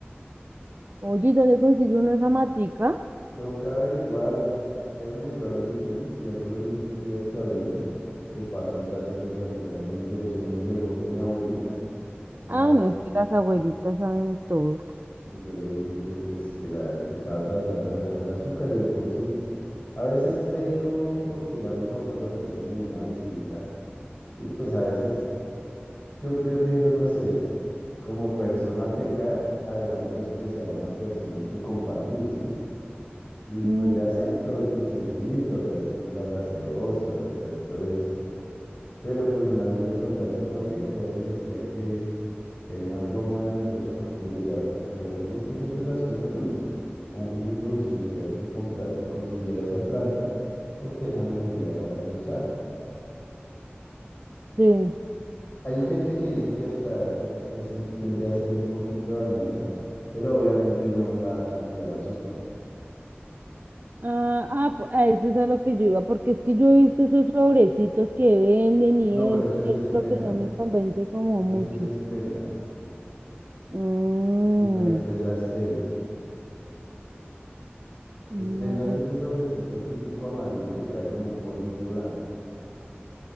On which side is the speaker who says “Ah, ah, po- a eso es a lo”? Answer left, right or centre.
Right